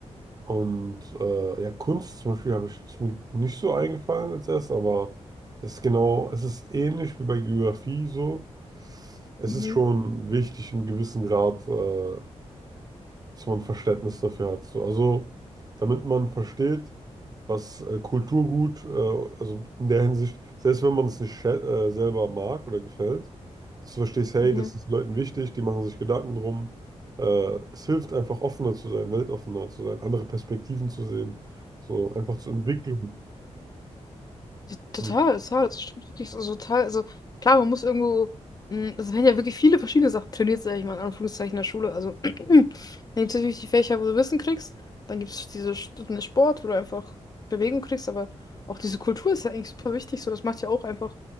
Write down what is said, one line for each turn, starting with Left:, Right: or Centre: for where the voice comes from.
Right: Und äh, ja, Kunst zum Beispiel habe ich, ist mir nicht so eingefallen als erst, aber es ist genau, es ist ähnlich wie bei Geografie so. Es
Left: Mhm.
Right: ist schon wichtig, einen gewissen Grad, äh, dass man Verständnis dafür hat. So, also, damit man versteht, was äh, Kulturgut, äh, also in der Hinsicht, selbst wenn man es nicht schä- äh, selber mag oder gefällt, dass du verstehst, hey,
Left: Mhm.
Right: das ist Leuten wichtig, die machen sich Gedanken drum. Äh, es hilft einfach offener zu sein, weltoffener zu sein, andere Perspektiven zu sehen, so einfach zur Entwicklung.
Left: Ja, Total,
Right: Mhm.
Left: total, das stimmt wirklich so, so total. Also klar, man muss irgendwo, mh, es werden ja wirklich viele verschiedene Sachen trainiert, sag ich mal, in Anführungszeichen in der Schule. Also <clears throat> dann gibt es natürlich die Fächer, wo du Wissen kriegst, dann gibt es diese Stunden Sport, wo du einfach Bewegung kriegst, aber auch diese Kultur ist ja eigentlich super wichtig. So, das macht ja auch einfach